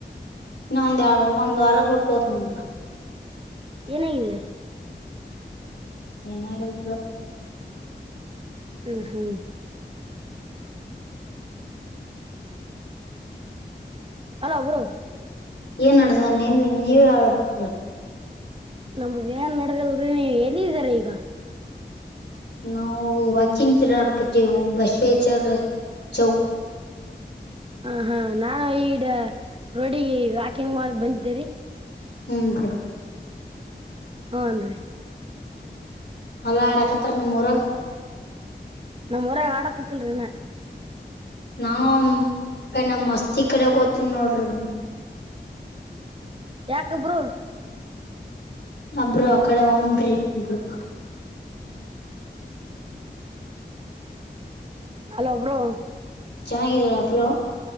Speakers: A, on the left; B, on the right.
A: ಇನ್ನ ಒಂದ ಒಂದ್ ವಾರ ಬುಟ್ಟೋತೀನಿ ಅಂದ್ರು
B: ಏನಾಗಿದೆ
A: ಏನರ <inaudible>
B: ಹ್ಮ್ ಹ್ಮ್ ಅಲೋ ಬ್ರೋ
A: ಏನ್ ಅಡ್ದ ನೀವ ನೀವಬರು <unintelligible>
B: ನಮ್ಗ ಏನ್ ನಡದಲ್ರರಿ ನೀ ಎಲ್ಲಿ ಇದ್ದಾರ ಈಗ
A: ನಾವು ವಾಕಿಂಗ್ ತಿಂಗಳ ಕತ್ತೀವಿ <unintelligible> ಚೌ
B: ಹ ಹಾ ನಾನು ಈಡ ರೋಡಿಗೆ ವಾಕಿಂಗ್ ಮಾಡ ಬಂದಿದ್ದೇರಿ
A: ಹೂ ಬ್ರೋ
B: ಹಾನ್ ರೀ
A: ಅಲ್ಲಾ ಆಡಾಕತ್ತರಿ ನಿಮ್ ಊರಾಗ
B: ನಮ್ ಹೊರಾಗ ಆಡಕೋತಿಲ್ರಿನಾ
A: ನಾನು ಕ ನಮ್ಮ ಮಸ್ತಿ ಕಡೆ ಹೋಗ್ತೀನಿ ನೋಡ್ರಿ
B: ಯಾಕ ಬ್ರೋ
A: ಅಬ್ರು ಅ ಕಡೆ ಹಮ್ರಿ ಇಬ್ರು <unintelligible>
B: ಹಲೋ ಬ್ರೋ
A: ಚೆನ್ನಾಗಿದಲ್ಲ ಬ್ರೋ